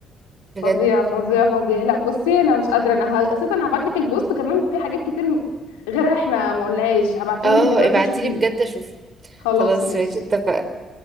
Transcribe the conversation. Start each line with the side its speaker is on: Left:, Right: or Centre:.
Right: بجد
Left: فظيع فظيع فظيع لا بصي انا مش قادره انا ه... اساسا هبعت لك البوست كمان في حاجات كتير م- غيرها احنا ما قلناهاش هبعته
Right: اه
Left: لك دلوقتي
Right: ابعتيلي
Left: تشوفيه
Right: بجد اشوف
Left: خلاص
Right: خلاص
Left: ماشي
Right: ماشي اتفقنا